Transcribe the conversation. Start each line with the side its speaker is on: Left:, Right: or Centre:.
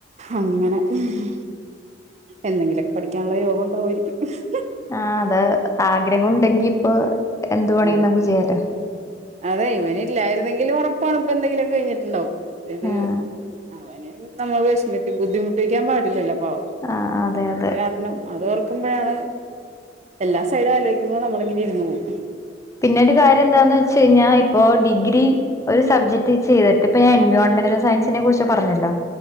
Right: അങ്ങനെ മ്മ്.. എന്തെങ്കിലുമൊക്കെ പഠിക്കാനുള്ള യോഗം ഉണ്ടാവുആയി <unintelligible>
Left: ആ അത് ആഗ്രഹം ഉണ്ടെങ്കി ഇപ്പൊ എന്ത്പണിയുംനമ്മക്ക്
Right: അതെ
Left: ചെയ്യാലോ
Right: അതെ ഇവന് ഇല്ലായിരുന്നെങ്കില്ഒറപ്പാണ്ഇപ്പംഎത്തെക്കിലുംഒക്കെ കഴിഞ്ഞിട്ടുണ്ടാവും ഇത്..
Left: ആഹ്
Right: അവനെ നമ്മള് വിഷമിപ്പി ബുദ്ധിമുട്ടി്ിക്കാൻ പാടില്ലല്ലോ ഓ
Left: ആ അതെ
Right: അത്
Left: അതെ
Right: കാരണം അത്ഒ ക്കുമ്പോഴാണ് എല്ലാ സൈഡും ആലോചിക്കുന്നത് നമ്മളി ഇങ്ങനെ ഇരുന്ന് പോകും
Left: പിന്നീട് കാര്യം എന്താന്ന് വെച്ചാക ഞാൻഇപ്പൊ ഡിഗ്രി <unintelligible> ഒരു സബ്ജക്ട് ചെയ്തിട്ട് ഞാൻ എൻവിയോൺമെന്റൽ സയൻസിനെ ക്കുറിച്ച് പറഞ്ഞല്ലോ